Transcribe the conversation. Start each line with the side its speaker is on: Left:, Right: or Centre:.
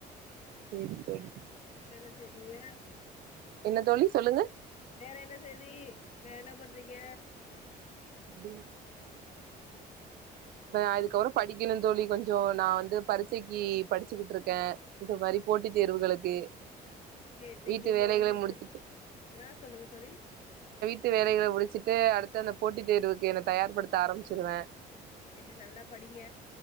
Right: சேரி தோழி
Left: வேற என்ன செய்ய
Right: என்ன தோழி சொல்லுங்க
Left: வேற என்ன செய்தி வேற என்ன பண்றீங்க
Right: அடி அதுக்கப்புறம் படிக்கணும் சொல்லி கொஞ்சம் நான் வந்து பரிட்சைக்கு படிச்சுகிட்டு இருக்கேன் இந்த மாதிரி போட்டி தேர்வுகளுக்கு
Left: சேரி சேரி
Right: வீட்டு
Left: நீங்க
Right: வேலைகள
Left: வந்து இப்ப
Right: முடிச்சுட்டு
Left: ஆ சொல்லுங்க தோழி
Right: ட்டு வேலைகளை முடிச்சிட்டு த்து அடுத்து அந்த போட்டி தேர்வுக்கு என தயார்படுத்த ஆரம்பிச்சிருவேன்
Left: சேரி சேரி நல்லா படிங்க